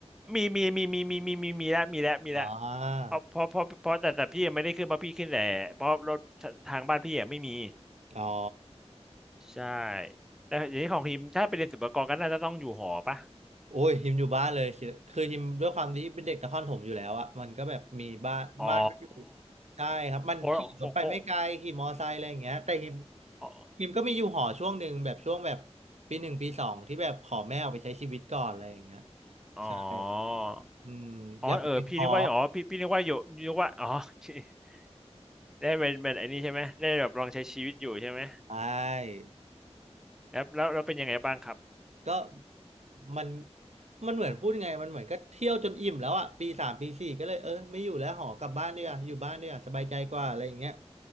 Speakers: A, in the centre; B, on the right (about 80°).
A: มีมีมีมีมีมีมีมีแล้วมีแล้วมีแล้ว
B: อ่า
A: เพราะเพราะเพราะเพราะแต่แต่พี่ยังไม่ได้ขึ้นเพราะพี่ขึ้นแต่เพราะรถทางบ้านพี่อะไม่มี
B: อ๋อ
A: ใช่แต่อย่างนี้ของทีมถ้าไปเรียนศุลกากรก็น่าจะต้องอยู่หอปะ
B: โอ้ยฮิมอยู่บ้านเลยคือคือฮิมด้วยความที่เป็นเด็กนครถมอยู่แล้วอะมันก็แบบมีบ้านบ้านก็อยู่
A: อ๋อ
B: ใช่ครับมันขี่รถไปไม่ไกลขี่มอไซค์อะไรอย่างเงี้ยแต่ฮิม
A: โคโคโคอ๋อ
B: ฮิมก็มีอยู่หอช่วงหนึ่งแบบช่วงแบบปีหนึ่งปีสองที่แบบขอแม่ออกไปใช้ชีวิตก่อนอะไรอย่างเงี้ย
A: อ๋อ
B: ใช่อืมอยากไปติดหอ
A: อ๋อเออพี่นึกว่าอ๋อพี่พี่นึกว่าอยู่นึกว่าอ๋อ <laughs> ได้เป็นเป็นไอ้นี่ใช่ไหมได้แบบลองใช้ชีวิตอยู่ใช่ไหม
B: ใช่
A: แล้วแล้วแล้วเป็นยังไงบ้างครับ
B: ก็มันมันเหมือนพูดยังไงมันเหมือนก็เที่ยวจนอิ่มแล้วอะปีสามปีสี่ก็เลยเออไม่อยู่แล้วหอกลับบ้านดีกว่าอยู่บ้านดีกว่าสบายใจกว่าอะไรอย่างเงี้ย